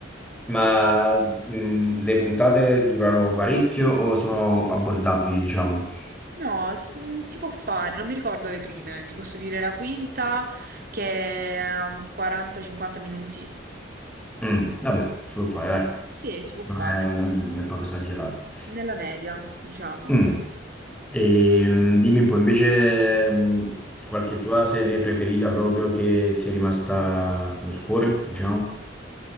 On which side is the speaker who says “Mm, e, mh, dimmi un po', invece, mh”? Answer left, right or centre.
Centre